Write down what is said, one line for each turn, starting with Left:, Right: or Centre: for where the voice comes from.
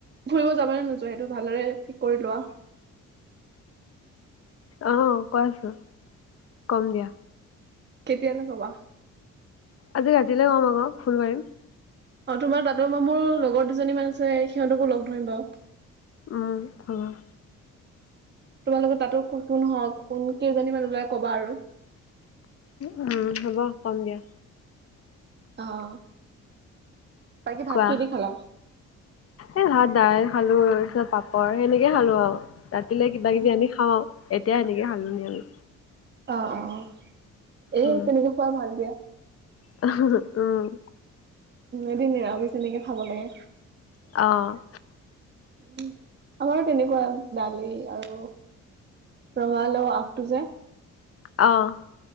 Right: ফুৰিব যাব নে নোযোৱা সেইটো ভালদৰে ঠিক কৰি লোৱা।
Left: অ' কোৱাচোন কম দিয়া।
Right: কেতিয়ালে কবা?
Left: আজি ৰাতিলে কম আকৌ ফোন মাৰিম।
Right: অ' তোমাৰ দাদৰ মামোৰ লগৰ দুজনী মান আছে। সিহঁতকো লগ ধৰিম বাৰু।
Left: উম, অ'।
Right: তোমালোকৰ তাতো কোন হওঁক, কোন কেইজনী মান ওলাই কবা আৰু।
Left: উম, হ'ব কম দিয়া।
Right: অ' বাকী ভাত
Left: কোৱা
Right: কিহে দি খালা?
Left: এই ভাত দাইল খালো তাৰ পিছত পাপৰ সেনেকে খালো আৰু। ৰাতিলে কিবা
Right: অ',
Left: কিবি
Right: অ',
Left: আনি খাওঁ আৰু। এতিয়া এনেকে খালোহি আমি।
Right: অ, অ, অ এ
Left: উম
Right: তেনেকে খোৱাই ভাল দিয়া।
Left: <unintelligible> উম।
Right: এদিন নিৰামিষ এনেকে খাব লাগে।
Left: অ'।
Right: অ, আমাৰো তেনেকুৱাই দালি আৰু ৰঙালাও আগটো যে
Left: অ'।